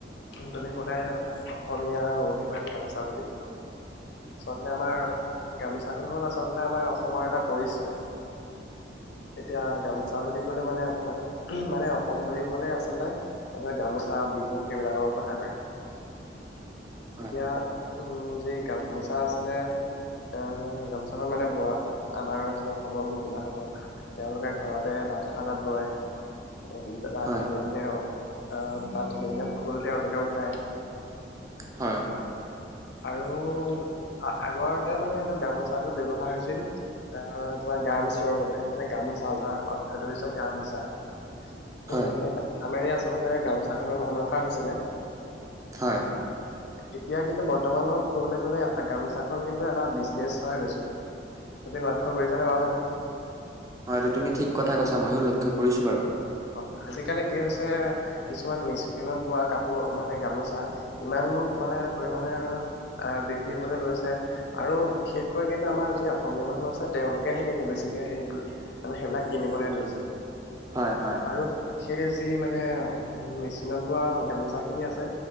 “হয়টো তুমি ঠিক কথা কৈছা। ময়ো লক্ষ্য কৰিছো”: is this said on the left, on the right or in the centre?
Right